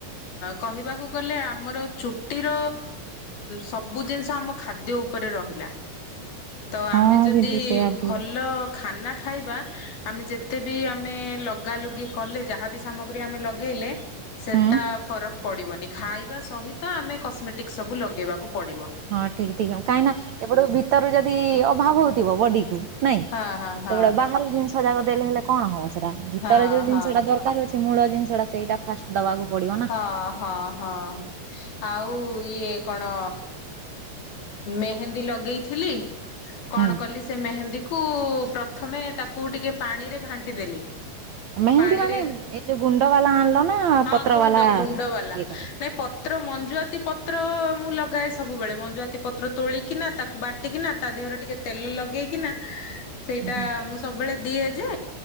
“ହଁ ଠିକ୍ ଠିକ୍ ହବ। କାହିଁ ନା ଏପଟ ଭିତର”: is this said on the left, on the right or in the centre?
Right